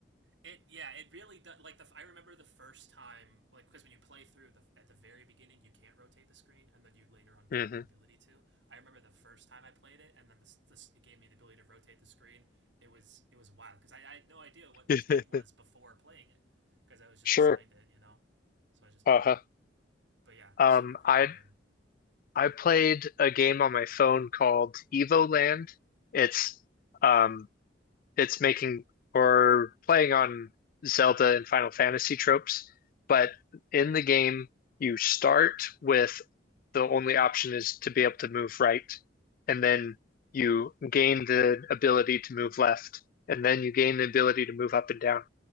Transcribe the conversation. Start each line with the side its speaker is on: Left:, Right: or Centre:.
Right: it yeah, it really does. Like the I remember the first time, like because when you play through the at the very beginning, you can't rotate the screen, and then you later on gain
Left: hmm
Right: the ability to. I remember the first time I played it, and then this, this it gave me the ability to rotate the screen. It was it was wild because I, I had no idea what this
Left: <laughs>
Right: game was before playing it because I was just
Left: Sure.
Right: assigned it, you know. So I just
Left: Uh-huh.
Right: but yeah,
Left: Um,
Right: super cool
Left: I
Right: game.
Left: I played a game on my phone called Evoland. It's um it's making or playing on Zelda and Final Fantasy tropes, but in the game you start with the only option is to be able to move right, and then you gain the ability to move left, and then you gain the ability to move up and down